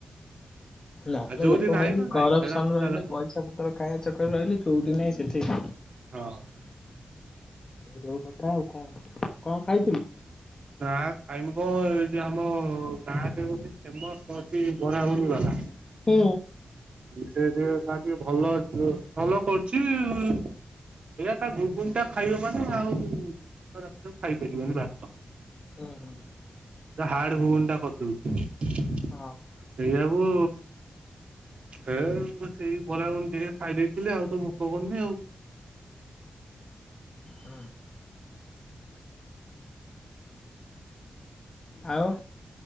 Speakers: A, on the right; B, on the left.
A: ଆଉ
B: ନା ମୋ
A: ଯୋଉଠି
B: ଲୋକ
A: ନାହିଁ
B: ଭଲି
A: ତ ନାଇଁ
B: କରପସନ
A: ସେଟା ଟୋଟାଲ
B: ରହିଲେ
A: ହଁ
B: ପଇସା ପତ୍ର ଖାଇବା ଚକରରେ ରହିଲେ ଯୋଉଠି ନାହିଁ ସେଠି
A: ହଁ।
B: ଯୋଉ କଥା ଆଉ କଣ। କଣ ଖାଇଥିଲୂ?
A: ନାଁ ଖାଇମି କଣ ଏଇଠି ଆମ ଗାଁରେ ଗୋଟେ ଫେମସ୍ ଅଛି ବରା ଘୁଗୁନି ବାଲା
B: ହୁଁ
A: ସେ ତାର ଟିକେ ଭଲ ଅ ଭଲ କରୁଛି ଏକା ତା ଗୁଗୁନି ଟା ଖାଇହବନି ମାନେ ଆଉ ରାତି ଖାଇପାରିବନି ଭାତ।
B: ହୁଁ
A: ହାଡ଼ ଘୁଗୁନି ଟା କର <inaudible>
B: ହଉ
A: ସେଇଆକୁୁ ହେଁ ସେଇ ବରା ଘୁଗୁନି ଟିକେ ଖାଇଦେଇଥିଲି ଆଉ ତ ଭୋକ କରିନି ଆଉ।
B: ହଁ। ଆଉ।